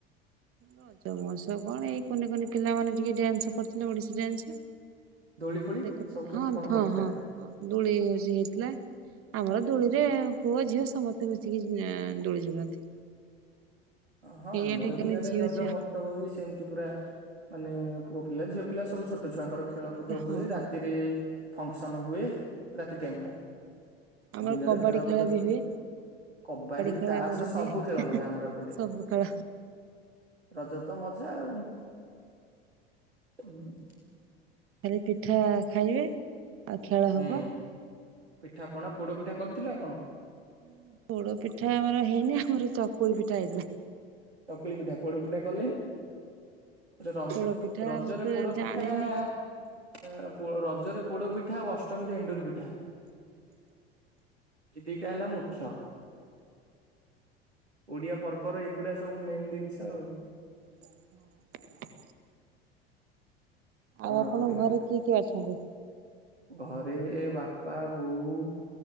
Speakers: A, on the right; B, on the right.
A: ରଜ ମହୋତ୍ସବ କଣ ଏଇ କୁନିକୁନି ପିଲା ମାନେ ଟିକେ ଡ୍ୟାନ୍ସ କରିୁଥିଲେ ଓଡିଶୀ ଡ୍ୟାନ୍ସ।
B: ଦୋଳି ଫୋଳି
A: ଦେଖୁଥିଲେ
B: ସବୁ କେମିତି
A: ହଁ
B: କଣ
A: ହଁ
B: ପଡିଥିଲା
A: ହଁ ହଁ ଦୋଳି ବେଶି ହେଇଥିଲା ଆମର ଦୋଳିରେ ପୁଅ ଝିଅ ସମସ୍ତେ ମିଶିକି ଏଁଆଁ ଦୋଳି ଝୁଲନ୍ତି।
B: ହଁ
A: କେହି
B: ଆମର
A: ଏଠି ଖାଲି
B: ବି ଇଆଡେ
A: ଝିଅ
B: ରଜ
A: ଛୁଆ
B: ମହୋତ୍ସବ ବି ସେମିତି ପୁରା ମାନେ ପୁଅ ପିଲା ଝିଅ ପିଲା ସବୁ ଛୋଟୋ ଛୁଆଙ୍କର ଖେଳକୁଦ
A: ସମସ୍ତେ ହଁ
B: ହୁଏ
A: ହଁ
B: ରାତିରେ
A: ହଁ
B: ଫକ୍ସନ୍ ହୁଏ। ରାତି ଟାଇମ୍
A: ହଁ।
B: ଟା
A: ଆମର
B: ଦିନରେ
A: କବାଡି
B: ଖେଳ କୁଦ ସବୁ।
A: ବି ହୁଏ
B: କବାଡି
A: ଖେଳ
B: ତାସ
A: ଆମର
B: ସବୁ
A: ହୁଏ।
B: ଖେଳ ହୁଏ ଆମର ଏପଟେ।
A: ସବୁ ଖେଳ
B: ରଜ ତ ମଜା ଆଉ। <unintelligible>
A: କାଲି ପିଠା ଖାଇବେ ଆଉ ଖେଳ
B: ହୁଁ
A: ହବ।
B: ପିଠା ପଣା ପୋଡୋ ପିଠା କରିଥିଲେ ଆପଣ?
A: ଉଁ ପୋଡୋ ପିଠା ଆମର ହେଇନି ଆମର ଚକୁଳି ପିଠା ହେଇଥିଲା।
B: ଚକୁଳି ପିଠା ପୋଡୋ ପିଠା କ ରଜ
A: ପୋଡ ପିଠା
B: ରଜରେ
A: ମୁଁ ତ
B: ପୋଡୋ
A: ଜାଣିନି
B: ପିଠା ଏଁ ପୋ ରଜରେ ପୋଡୋ ପିଠା ଆଉ ଅଷ୍ଟମୀରେ ଏଣ୍ଡୁରି ପିଠା। ଏ ଦିଟା ହେଲା ମୁଖ୍ୟ। ଓଡିଆ ପର୍ବର ଏଗୁଡା ସବୁ ମେନ୍ ଦିନ୍ସ ଆଉ।
A: <unintelligible>
B: କଣ
A: ଆଉ ଆପଣଙ୍କ
B: କରିବା
A: ଘରେ କିଏ କିଏ ଅଛନ୍ତି?
B: ଘରେ ବାପା ବୋଉ